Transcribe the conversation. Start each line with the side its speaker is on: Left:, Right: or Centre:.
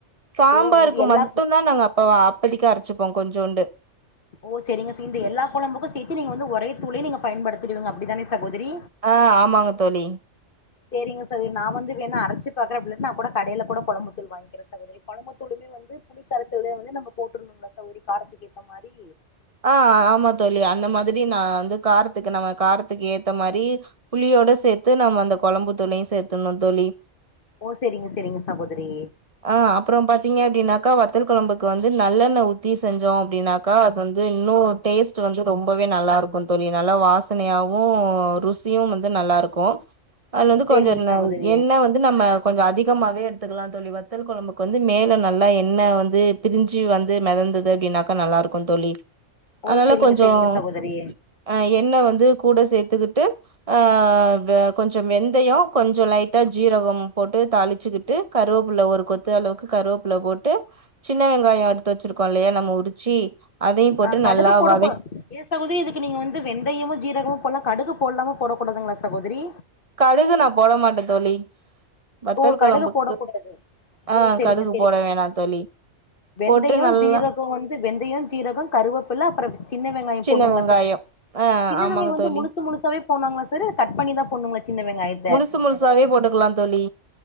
Right: சாம்பாருக்கு
Left: ஓ இது எல்லா
Right: மட்டும்தா நாங்க அப்ப அப்பதிக்க அரைச்சிப்போம் கொஞ்சோண்டு
Left: ஓ சரிங்க சார் இந்த எல்லா குழம்புக்கும் சேத்து நீங்க வந்து ஒரே தூள நீங்க பயன்படுத்திடுவிங்க அப்படிதானே சகோதரி
Right: ஆ ஆமாங்க தோழி
Left: சரிங்க சகோதரி நா வந்து வேண அரைச்சு பாக்குறன் அப்டி இல்லனா கூட நா கூட கடையில கூட குழம்பத்தூள் வாங்குகிற சகோதரி குழம்பத்தூளுமே வந்து புளி கரைசல வந்து நம்ம போட்டுருந்தோம்ல தோழி காரத்துக்கேத்த மாரி
Right: ஆ ஆமா தோழி அந்த மாதிரி நா வந்து காரத்துக்கு நம்ம காரத்துக்கு ஏத்த மாரி புளியோட சேத்து நம்ம அந்த குழம்பு தூளும் சேத்துணும் தோழி
Left: ஓ சரிங்க சரிங்க சகோதரி
Right: அ அப்புறம் பாத்தீங்க அப்படின்னாக்கா வத்தல் குழம்புக்கு வந்து நல்லெண்ண உத்தி செஞ்சோம் அப்படின்னாக்கா வந்து இன்னும் டேஸ்ட் வந்து ரொம்பவே நல்லா இருக்கும் தோழி நல்லா வாசனையாவும் ருசியும் வந்து நல்லா இருக்கும் அதுல வந்து
Left: சேரிங்க
Right: கொஞ்சம்
Left: சகோதரி
Right: எண்ண வந்து நம்ம கொஞ்சம் அதிகமாகவே எடுத்துக்கலா தோழி வத்தல் குழம்புக்கு வந்து மேலே நல்லா எண்ணெய் வந்து பிரிஞ்சு வந்து மிதந்தது அப்படின்னாக்கா நல்லா இருக்கும் தோழி
Left: ஓ
Right: அதனால
Left: சேரிங்க
Right: கொஞ்சம்
Left: சேரிங்க சகோதரி
Right: அ என்ன வந்து கூட சேர்த்துக்கிட்டு ஆ கொஞ்சம் வெந்தயம் கொஞ்சம் லைட்டா ஜீரகம் போட்டு தாளிச்சுக்கிட்டு கருவேப்பில ஒரு கொத்து அ அளவுக்கு கருவேப்புல போட்டு சின்ன வெங்காயம் எடுத்து வச்சிருக்கோம் இல்லையா நம்ம உரிச்சி அதையு போட்டு
Left: ஆ கடுகு
Right: நல்லா
Left: போடுகூட
Right: வதக்
Left: சகோதரி இதுக்கு நீங்க வந்து வெண்ந்தயமும் ஜீரகமும் போடலாம் கடுகு போடலாம போடக்க கூடதுங்களா சகோதரி
Right: கடுகு நா போட மாட்டே தோழி வத்தல்
Left: ஓ
Right: கொழம்புக்கு
Left: கடுகு போடக் கூடாது ஒ
Right: ஆ
Left: சரிங்க
Right: கடுகு
Left: சரிங்க
Right: போட வேணா தோழி
Left: வெந்தயம்
Right: போட்டு நல்லா
Left: ஜீரகம் வந்து வெந்தயம் ஜீரகம் கருவேப்பில அப்புறம் சின்ன வெங்காயம்
Right: சின்ன
Left: போடனுங்களா
Right: வெங்காயோ
Left: சார்
Right: ஆ
Left: சின்ன
Right: ஆமாங்க
Left: வெங்காயம் வந்து
Right: தோழி
Left: முழுசு முழுசாவே போடனுங்களா சார் இல்ல கட் பண்ணி தா போண்ணுங்களா சின்ன வெங்காயம்
Right: முழுசு முழுசாவே போட்டுக்கலா தோழி